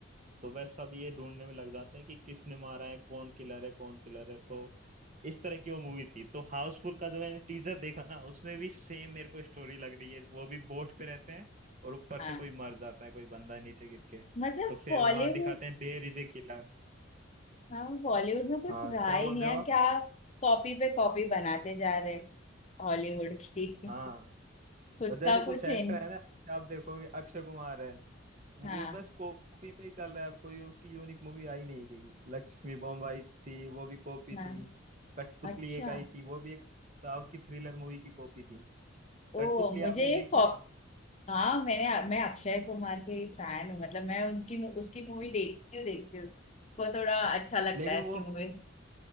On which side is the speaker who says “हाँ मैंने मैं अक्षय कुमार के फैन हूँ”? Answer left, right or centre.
Left